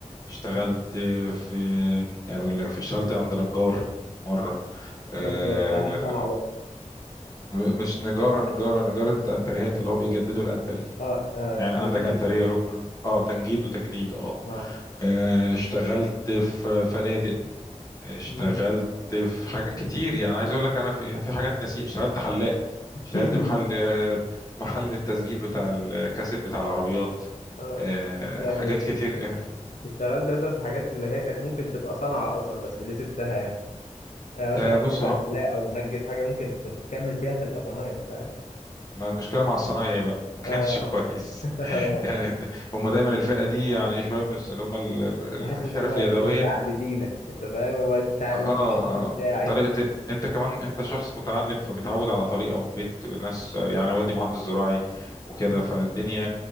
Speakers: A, on the left (about 30°); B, on the left (about 70°).
A: اشتغلت
B: مم.
A: في أقول لك في- اشتغلت عند نجار مرة آه،
B: كنت بتعلم صنعة بقى
A: مش نجارة نجارة نجارة أنتريهات اللي هو بيجددوا الأنتريه
B: اه اه
A: يعني
B: تجديد
A: عندك انتريه ركن اه تنجيد وتجديد اه
B: اه
A: آه، اشتغلت في فنادق اشتغلت
B: مم.
A: في حاجات كتير يعني عايز اقول لك انا في في حاجات نسيت اشتغلت حلاق
B: <laughs>
A: اشتغلت محل محل التسجيل بتاع الكاسيت بتاع العربيات
B: اه
A: آه،
B: بس انت يعني
A: حاجات كتير آه،
B: اشتغلت مثلا في حاجات اللي هي كانت ممكن تبقى صنعة اصلا بس ليه سبتها يعني يعني مثلا
A: آه،
B: حاجة
A: بص
B: زي
A: ه-
B: حلاق او منجد حاجة ممكن كنت تكمل فيها تبقى صنايعي يعني فاهم
A: ما المشكله مع الصنايعي بقى ما كانش
B: اه
A: <laughs> كويس
B: <laughs> آه.
A: يعني د- هم دايما الفئه دي يعني شويه من الس- اللي هم ال-
B: بحس
A: الحرف
B: ان هو
A: اليدويه
B: مستعبدينك انت فاهم هو انت على
A: اه
B: الحد
A: اه
B: بتاعي
A: طريقة انت كمان انت شخص متعلم فبتعود على طريقة في بيت ناس يعني أنا والدي مهندس زراعي وكده
B: مم.
A: فالدنيا